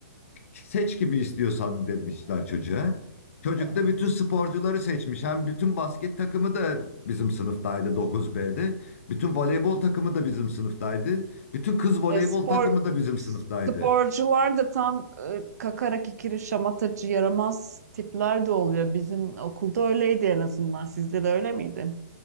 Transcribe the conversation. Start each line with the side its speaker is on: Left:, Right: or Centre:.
Left: Seç kimi istiyorsan demişler çocuğa. Çocuk
Right: Evet.
Left: da bütün sporcuları seçmiş. Hem bütün basket takımı da bizim sınıftaydı 9B'de. Bütün voleybol takımı da bizim sınıftaydı. Bütün kız voleybol
Right: E, spor
Left: takımı da bizim sınıftaydı.
Right: sporcular da tam e, kakara kikiri şamatacı yaramaz tipler de oluyor. Bizim okulda öyleydi en azından. Sizde de öyle miydi?